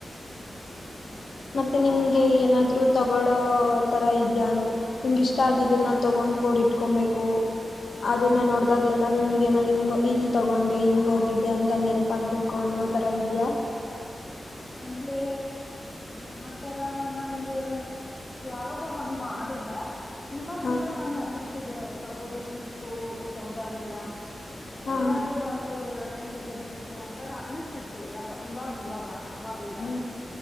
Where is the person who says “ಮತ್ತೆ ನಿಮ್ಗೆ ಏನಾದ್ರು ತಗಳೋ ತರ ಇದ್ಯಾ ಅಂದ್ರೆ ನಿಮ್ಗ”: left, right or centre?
Left